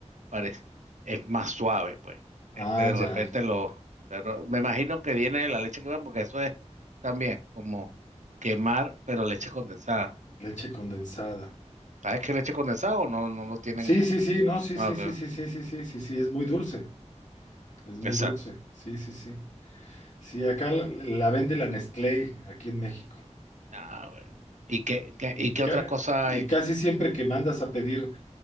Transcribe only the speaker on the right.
parece, es más suave, pues.
Este, de repente
lo, pero me imagino que viene de la leche quemada, porque eso es también como quemar, pero leche condensada.
Ah, es que leche condensada o no, no lo tienen.
Ah,
ok.
Exacto.
Ah, bueno. ¿Y qué, qué-
y qué
otra cosa
hay?